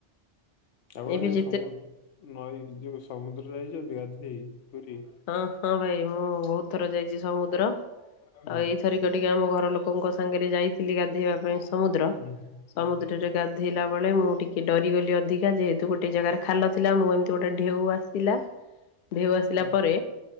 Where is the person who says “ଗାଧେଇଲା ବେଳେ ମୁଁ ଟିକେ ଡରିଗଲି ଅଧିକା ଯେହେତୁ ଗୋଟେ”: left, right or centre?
Left